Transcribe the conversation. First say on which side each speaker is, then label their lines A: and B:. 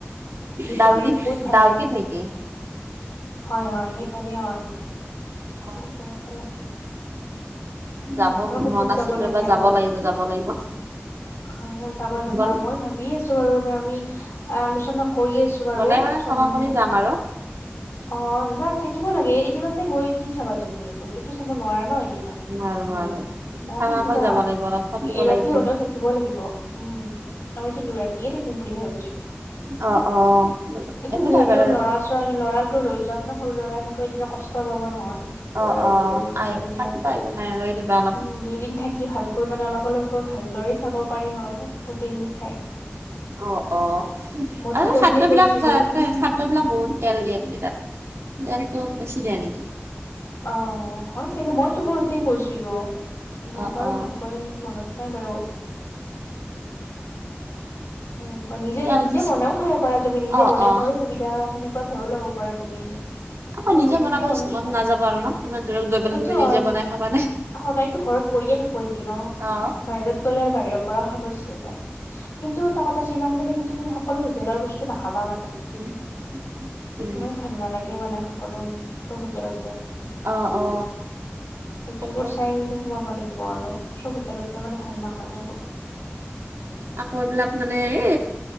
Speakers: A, on the right (about 75°); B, on the left (about 85°).
A: ডাউকী
B: পৰে বহুত ভাল
A: ডাউকীত
B: লাগে
A: নেকি?
B: হয় হয় সিফালেই হয়
A: অ
B: ওপৰৰ ফালে।
A: যাব
B: অলপ ওখত
A: মন
B: যাব
A: আছিল ৰবা
B: লাগে
A: যাব
B: আৰু
A: লাগিব যাব লাগিব।
B: হয় হয় যাবা যাবা
A: গল
B: মই ভাবি আছো বাৰু আমি আলোচনা কৰি আছো বাৰু
A: গ'লে মানে
B: স্বামীৰ
A: থকা কৰি
B: সৈতে।
A: যাম আৰু
B: অ না থাকিব লাগে এদিনতে গৈ কি চাবা তুমি, গোটেইটো চাব নোৱাৰা ন একদিনত।
A: নোৱাৰো নোৱাৰো
B: অ
A: থাকাকৈ
B: থাকিবা
A: যাব লাগিব অলপ থাকিব
B: এৰাতি
A: লাগিব
B: হলেও থাকিবই লাগিব, উম। আমিতো দোৰাতিয়ে থাকিম বুলি ভাবিছো।
A: অ অ
B: এতিয়া
A: একো
B: যিহেতু
A: নাই বাৰু
B: লৰা ছোৱালী লৰাটো লৈ যাম ন। সৰু ল'ৰাই এনেকৈ এদিন কষ্ট পাব নহয় এনেকৈ
A: অ
B: আৰু
A: অ
B: গৈ
A: আহ
B: জলদি
A: পাতিবা
B: এনকৈ।
A: একো নাই আৰু এৰি দিবা অলপ।
B: উম দুইদিন থাকি ভালকৈ মানে অলপ অলপকৈ ভালদৰে চাব পাৰিম আৰু গোটেইখিনি ঠাই।
A: অ' অ'
B: মইতো
A: আৰু
B: সৰুতে
A: খাদ্যবিলাক
B: গৈছিলো
A: মানে খাদ্যসামগ্ৰীৰ বহুত তেল দিয়ে হেকিতত। দালটো বেছিধ আনি দি?
B: অ' হয় চাগে মইতো সৰুতে কৈছিলো ইমান
A: অ
B: বাৰু
A: অ
B: ভালকৈ মনত নাই বাৰু। সেনেকুৱা নিজে
A: তেল
B: নিজে
A: বেছি
B: বনাইও খাব পাৰা তুমি নিজে
A: অ
B: বনাই
A: অ
B: খোৱাৰো সুবিধা সেনেকুৱা ঘৰো ল'ব পাৰা তুমি।
A: আ মই
B: অ
A: নিজে বনাব
B: বনাই খাব
A: মন
B: পাৰা
A: নাযাব আৰু ন, ইমান দূৰত গৈ পেলাই
B: সেইটো
A: তুমি
B: হয়
A: নিজে বনাই খাবানে?
B: সদায়তো ঘৰত কৰিয়ে থাকো সেইটো ন
A: অ
B: বাহিৰত গ'লে আৰু বাহিৰৰ <unintelligible> খাব ইচ্ছা যাই, কিন্তু এটা কথা শ্বিলং গলে কিন্তু তুমি সকলো হোটেলৰ বস্তু নাখাবা মান
A: <unintelligible> উম,
B: মানে ভাল নালাগে মানে সকলো হোটেলতে।
A: অ অ
B: হোটেলবোৰ
A: তাকেও
B: চাই কেনে সোমাব লাগিব। লাগিব আৰু চব হোটেলতে মানে ভাল নহয় আৰু।
A: আকৌ এইবিলাক মানে এ